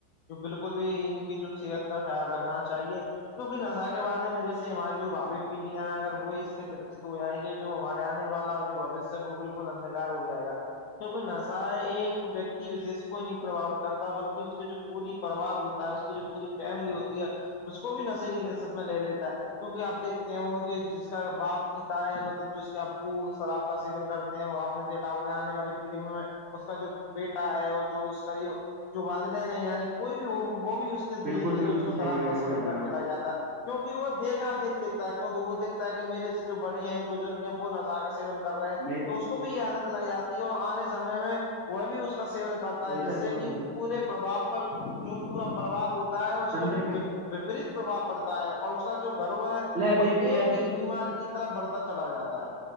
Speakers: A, on the left; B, on the right.
A: جو بالکل بھی ان کی جو صحت کا خیال رکھنا چاہیے کیک نشا کے بارے میں جیسے ہماری جو باوی پیڑیاں اگر وہی سے گرست ہو جائیں گے جو ہمارے آنے والا جو بوشیہ ہے وہ بالکل اندکار ہو جائے گا کیکہ نشا ہے ایک ویکتی وشش کوئی نہیں پربو کرتا بلکہ اس کے جو پوری پرریوار ہوتا ہے اس کی جو پوری فیملی ہوتی ہے اس کو بھی نشے کی قرست میں لے لیتا ہے کیونکہ آپ دیکھتے ہیں وہ کہ جس کا باپ پیتا ہے مطلب جوس کے ابو شراب کا سیون کرتے ہیں اور آپ نے دیکھا ہوگا آنے والی پیڑھی میں اس کا جو بیٹا ہے اور جو اس کا یہ جو والدین ہے یعنی کوئی بھی وہ وہ بھی دھیرے
B: بالکل
A: دھیرے
B: بالکل
A: اس کو
B: صحیح
A: شراب
B: کہہ
A: کا
B: رہے ہو
A: سیون
B: بھائی جان
A: کرنے
B: آپ
A: لگ جاتا ہے کیوںکہ وہ دیکھا دیکھ دھتا ہے وہ دیکتا ہے کہ میرے سے جو بڑے ہیں بزرگ ہیں وہ نشا سون کر رہے ہیں
B: میں
A: تو اس کو بھی عادت لگ جاتی ہے اور آنے سمے میں وہ بھی اس کو سیون کرتا
B: تیرے
A: ہے جس
B: آگے
A: سے کہ
B: والا
A: پورے پرباپ پر جو پورا پروار ہوتا ہے اس
B: اندر
A: میں جو
B: بھی
A: وپریت پرباؤ پڑتا ہے اور اس کا جو گرو ہے
B: لے
A: وہ
B: دیکھ نہیں
A: ایک
B: آ رہی
A: بیماری کی طرف بڑھتا چلا جاتا ہے